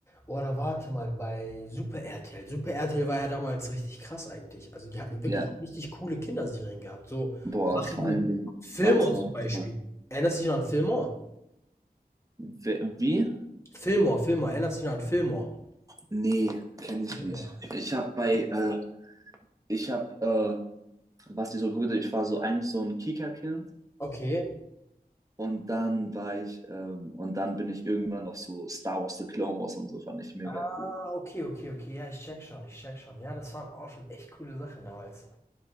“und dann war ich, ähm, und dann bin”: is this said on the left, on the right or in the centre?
Right